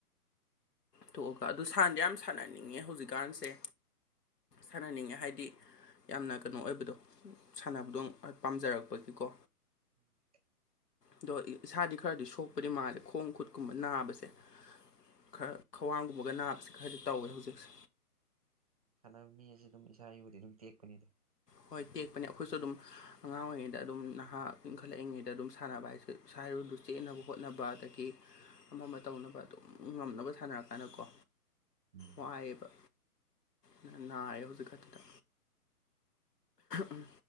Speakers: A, on the left; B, on the right.
A: ꯇꯣꯛꯑꯒ ꯑꯗꯨ ꯁꯥꯟꯗꯤ ꯌꯥꯝ ꯁꯥꯟꯅꯅꯤꯡꯉꯦ ꯍꯧꯖꯤꯛꯀꯥꯟꯁꯦ ꯁꯥꯟꯅꯅꯤꯡꯉꯦ ꯍꯥꯏꯗꯤ ꯌꯥꯝꯅ ꯀꯩꯅꯣ ꯑꯣꯏꯕꯗꯣ ꯁꯥꯟꯅꯕꯗꯣ ꯄꯥꯝꯖꯔꯛꯄꯒꯤꯀꯣ
B: <unintelligible>
A: ꯑꯗꯣ ꯏꯁꯥꯗꯤ ꯈꯔꯗꯤ ꯁꯣꯛꯄꯗꯤ ꯃꯥꯜꯂꯦ ꯈꯣꯡ ꯈꯨꯠꯀꯨꯝꯕ ꯅꯥꯕꯁꯦ ꯈꯔ ꯈ꯭ꯋꯥꯡꯒꯨꯝꯕꯒ ꯅꯥꯕꯁꯦ ꯈꯔꯗꯤ ꯇꯧꯋꯦ ꯍꯧꯖꯤꯛꯁꯦ
B: ꯁꯥꯟꯅꯕ ꯃꯤ ꯍꯥꯏꯁꯤꯗꯤ ꯑꯗꯨꯝ ꯏꯁꯥ ꯏꯔꯨꯗꯤ ꯑꯗꯨꯝ ꯇꯦꯛꯄꯅꯤꯗ
A: ꯍꯣꯏ ꯇꯦꯛꯄꯅꯦ ꯑꯩꯈꯣꯏꯁꯨ ꯑꯗꯨꯝ ꯑꯉꯥꯡ ꯑꯣꯏꯔꯤꯉꯩꯗ ꯑꯗꯨꯝ ꯅꯍꯥ ꯏꯟꯈꯠꯂꯛꯏꯉꯩꯗ ꯑꯗꯨꯝ ꯁꯥꯟꯅꯕ ꯍꯥꯏꯁꯦ ꯏꯁꯥ ꯏꯔꯨꯗꯨ ꯆꯦꯟꯅꯕ ꯍꯣꯠꯅꯕ ꯑꯗꯒꯤ ꯑꯃ ꯑꯃ ꯇꯧꯅꯕ ꯑꯗꯨꯝ ꯉꯝꯅꯕ ꯁꯥꯟꯅꯔꯀꯥꯟꯗꯀꯣ
B: ꯎꯝ
A: ꯋꯥꯥꯏꯌꯦꯕ ꯅꯥ-ꯅꯥꯏꯌꯦ ꯍꯧꯖꯤꯛ ꯈꯛꯇꯗ ꯎꯝ